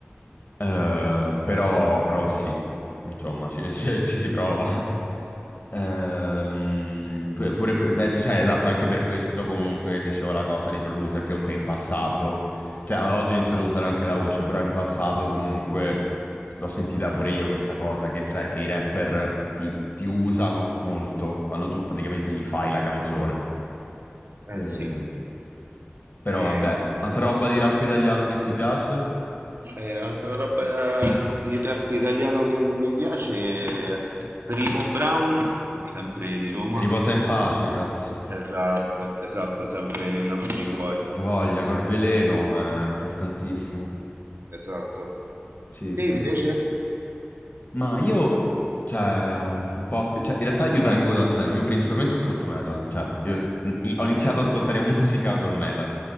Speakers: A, on the left; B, on the right.
A: Eh, però, però sì, insomma, ci <laughs> ci- ci si prova. Ehm, pu- pure per- beh, cioè, esatto, anche per questo comunque dicevo la cosa dei producer che comunque in passato, cioè ad oggi ho iniziato a usare anche la voce, però in passato comunque l'ho sentita pure io questa cosa, che, cioè che i rapper ti, ti usano molto quando tu praticamente gli fai la canzone.
B: Eh
A: Eh,
B: sì.
A: però
B: ehm,
A: vabbè, altra roba di rap italiano che ti piace?
B: Eh, altra roba di rap italiano che mi piace è Primo Brown, sempre di Roma.
A: Riposa in pace, cazzo.
B: Esatto, esatto, sempre nei nostri cuori.
A: La voglia, Corveleno, è importantissimo.
B: Esatto.
A: Sì,
B: Te
A: sì.
B: invece?
A: Ma io, cioè, hip hop, cioè, in realtà io vengo da, cioè, io principalmente ascolto metal, cioè, io mm, i- ho iniziato
B: Bellino,
A: ad ascoltare <laughs> musica col metal,